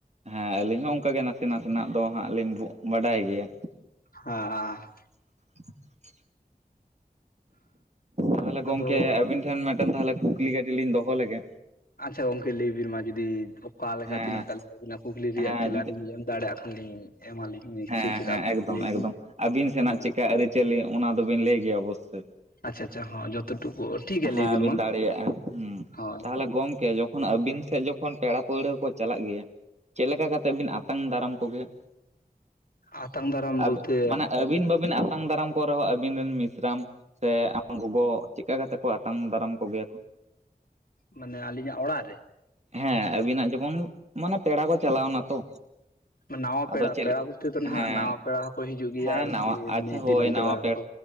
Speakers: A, on the right; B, on the left.
A: ᱦᱮᱸ ᱟᱹᱞᱤᱧ ᱦᱚᱸ ᱚᱱᱠᱟ ᱜᱮ ᱱᱟᱥᱮ ᱱᱟᱥᱮᱱᱟᱜ ᱫᱚ ᱦᱟᱸᱜ ᱞᱤᱧ <unintelligible> ᱵᱟᱰᱟᱭ ᱜᱮᱭᱟ
B: ᱦᱟ
A: <inaudible> ᱛᱟᱦᱞᱮ ᱜᱚᱝᱠᱮ
B: ᱟᱫᱚ
A: ᱟᱵᱤᱱ ᱴᱷᱮᱱ ᱢᱤᱫᱴᱮᱱ ᱛᱟᱦᱚᱞᱮ ᱠᱩᱠᱞᱤ ᱠᱟᱹᱴᱤᱡ ᱞᱤᱧ ᱫᱚᱦᱚ ᱞᱮᱜᱮ
B: ᱟᱪᱷᱟ ᱜᱚᱝᱠᱮ ᱞᱟᱹᱭᱵᱤᱱ ᱢᱟ ᱡᱩᱫᱤ ᱚᱠᱟ ᱞᱮᱠᱟ
A: ᱦᱮᱸ
B: ᱛᱤᱱᱟᱹᱜᱴᱟ <unintelligible> ᱠᱩᱠᱞᱤ ᱨᱮᱭᱟᱜ
A: ᱦᱮᱸ
B: ᱛᱮᱞᱟ
A: ᱡᱩᱫᱤ
B: ᱞᱤᱧ ᱮᱢ ᱫᱟᱲᱮᱭᱟᱜ ᱠᱷᱟᱱᱞᱤᱧ ᱮᱢᱟᱞᱤᱧ ᱱᱤᱥᱪᱳᱭ
A: ᱦᱮᱸ
B: ᱪᱮᱫᱟᱜ
A: ᱦᱮᱸ
B: ᱵᱟᱝ
A: ᱮᱠᱫᱚᱢ
B: ᱞᱟᱹᱭ
A: ᱮᱠᱫᱚᱢ
B: ᱵᱤᱱ
A: ᱟᱹᱵᱤᱱ ᱥᱮᱱᱟᱜ
B: ᱦᱳᱭ
A: ᱪᱮᱫᱠᱟ ᱟᱹᱨᱤᱪᱟᱹᱞᱤ ᱚᱱᱟ ᱫᱚᱵᱤᱱ ᱞᱟᱹᱭ ᱜᱮᱭᱟ ᱚᱵᱚᱥᱳᱭ
B: ᱟᱪᱪᱷᱟ ᱟᱪᱪᱷᱟ ᱦᱚᱸ ᱡᱚᱛ ᱴᱩᱠᱩ ᱴᱷᱤᱠ ᱜᱮᱭᱟ
A: ᱦᱮᱸ
B: ᱞᱟᱹᱭ
A: ᱵᱤᱱ
B: ᱢᱟ
A: ᱫᱟᱲᱮᱭᱟᱜᱼᱟ, ᱦᱩᱸ
B: ᱦᱳᱭ
A: ᱛᱟᱦᱚᱞᱮ ᱜᱚᱝᱠᱮ ᱡᱚᱠᱷᱚᱱ ᱟᱹᱵᱤᱱ ᱥᱮᱫ ᱡᱚᱠᱷᱚᱱ ᱯᱮᱲᱟ ᱯᱟᱹᱲᱦᱟᱹ ᱠᱚ ᱪᱟᱞᱟᱜ ᱜᱮᱭᱟ ᱪᱮᱫ ᱞᱮᱠᱟ ᱠᱟᱛᱮ ᱵᱤᱱ ᱟ ᱟᱛᱟᱝ ᱫᱟᱨᱟᱢ ᱠᱚᱜᱮᱭᱟ?, <unintelligible>
B: ᱟᱛᱟᱝ ᱫᱟᱨᱟᱢ ᱵᱚᱞᱛᱮ
A: ᱢᱟᱱᱮ ᱟᱹᱵᱤᱱ ᱵᱟᱹᱵᱤᱱ ᱟᱛᱟᱝ ᱫᱟᱨᱟᱢ ᱠᱚ ᱨᱮᱦᱚᱸ ᱟᱵᱤᱱ ᱨᱮᱱ ᱢᱤᱥᱨᱟᱢ ᱥᱮ ᱟᱢ ᱜᱚᱜᱚ ᱪᱮᱫᱠᱟ ᱠᱟᱛᱮ ᱠᱚ ᱟᱛᱟᱝ ᱫᱟᱨᱟᱢ ᱠᱚᱜᱮᱭᱟ ᱠᱚ?
B: ᱢᱟᱱᱮ ᱟᱹᱞᱤᱧᱟᱜ ᱚᱲᱟᱜ ᱨᱮ?
A: ᱦᱮᱸ ᱟᱵᱤᱱᱟᱜ <unintelligible> ᱢᱟᱱᱮ ᱯᱮᱲᱟ ᱠᱚ ᱪᱟᱞᱟᱣ ᱱᱟ ᱛᱚ
B: ᱱᱟᱣᱟ
A: ᱟᱫᱚ
B: ᱯᱮᱲᱟ
A: ᱪᱮᱫ
B: ᱯᱮᱲᱟ ᱵᱚᱞᱛᱮ ᱫᱚ
A: ᱦᱮᱸ
B: ᱱᱟᱦᱟᱜ ᱱᱟᱣᱟ ᱯᱮᱲᱟ ᱦᱚᱸᱠᱚ ᱦᱤᱡᱩᱜ ᱜᱮᱭᱟ
A: ᱦᱮᱸ
B: ᱟᱨ
A: ᱱᱟᱣᱟ
B: ᱥᱮ
A: ᱟᱪᱪᱷᱟ
B: ᱮᱢᱱᱤ
A: ᱦᱳᱭ
B: ᱫᱤᱱᱟᱹᱢ
A: ᱱᱟᱣᱟ
B: ᱯᱮᱲᱟ ᱦᱚᱸᱠᱚ?